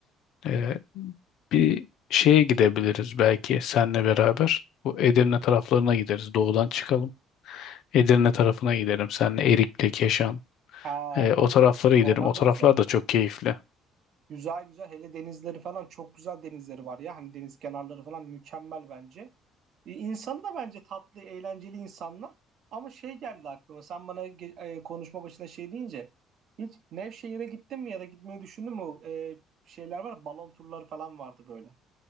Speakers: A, on the left; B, on the right.
A: Ee, bir şeye gidebiliriz belki senle beraber. Bu Edirne taraflarına gideriz. Doğudan çıkalım. Edirne tarafına gidelim. Senle Erikli, Keşan.
B: Ha
A: Ee, o
B: bak
A: taraflara gidelim.
B: oralar
A: O taraflar
B: da güzel.
A: da çok keyifli.
B: Güzel güzel hele denizleri falan çok güzel denizleri var ya. Hani deniz kenarları falan mükemmel bence. E, İnsanı da bence tatlı, eğlenceli insanlar. Ama şey geldi aklıma. Sen bana ge- e, konuşma başında şey deyince hiç Nevşehir'e gittin mi ya da gitmeyi düşündün mü? O, e, şeyler var, balon turları falan vardı böyle.